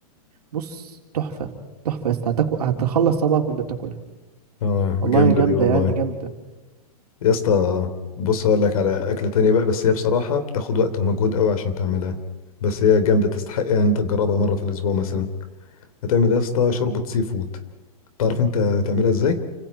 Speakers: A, on the right (about 80°); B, on the left (about 65°).
A: بص تحفه تحفه يا اسطى هتاكل هتخلص صبعك وانت بتاكلها
B: اه
A: والله
B: جامدة
A: يا جامده
B: دي والله
A: يعني جامده
B: يا اسطى بص هقول لك على اكله تانية بقى بس هي بصراحه بتاخد وقت ومجهود قوي عشان تعملها بس هي جامده تستحق يعني انت تجربها مره في الاسبوع مثلا هتعمل يا اسطى شوربه سي فود تعرف انت تعملها ازاي